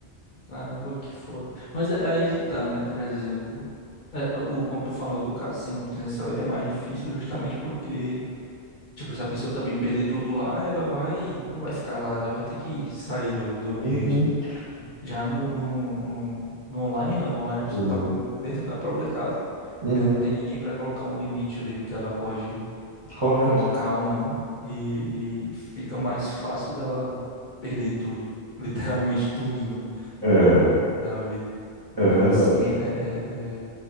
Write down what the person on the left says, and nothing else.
Caramba, que foda. Mas é é aí que tá, né? Por exemplo, é, o, como tu falou do cassino presencial, ele é mais difícil justamente porque Tipo, se a pessoa também perder tudo lá, ela vai, não vai ficar lá, ela vai ter que sair do, do ambiente,
né? Já no, no, no, no online, não, no online a pessoa
tá dentro da própria casa,
né? Não tem ninguém para colocar um limite ali no que ela pode
colocar ou não, e, e fica mais fácil dela perder tudo, <laughs> literalmente tudo, né?
Da, da vida. Então,
assim, é, é, é